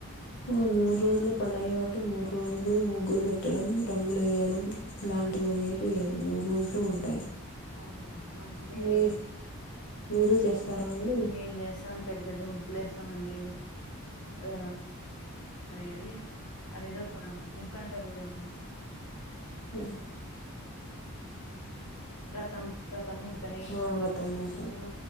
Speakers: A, on the left; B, on the left.
A: ఆ మూడు రోజులు పండగే కాబట్టి మూడు రోజులు ము గ్గులు పెట్టడం రంగులు వేయడం ఇలాంటివి అనేటివి మూడు రోజులు ఉంటాయి
B: అవునండి మంచిదే లేండి
A: మీరు మీరు చేస్తారా అండి
B: మేం జేస్తామండి పెద్ద పెద్ద ముగ్గులు వేస్తామండి ఆ అదేది అదేదో పా ముగ్గుంట అంటారు చూడండి
A: హు
B: రతం రతం ముగ్గని
A: ఆ రతం ముగ్గులు
B: ఆ